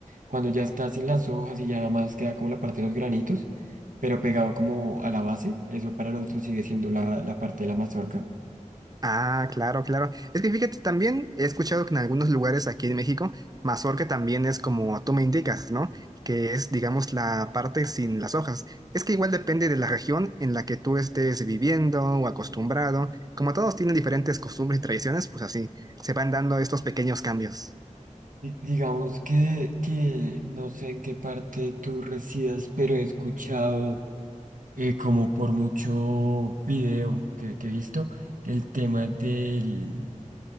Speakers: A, on the right; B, on the right.
A: cuando ya está sin las hojas y ya nada más queda como la parte de los granitos, pero pegado como a la base, eso para nosotros sigue siendo la, la parte de la mazorca.
B: Ah, claro, claro. Es que fíjate, también he escuchado que en algunos lugares aquí en México, mazorca también es como tú me indicas, ¿no? Que es, digamos, la parte sin las hojas. Es que igual depende de la región en la que tú estés viviendo o acostumbrado. Como todos tienen diferentes costumbres y tradiciones, pues así se van dando estos pequeños cambios.
A: Di- Digamos que, que no sé en qué parte tú residas, pero he escuchado eh, como por mucho video que, que he visto el tema del,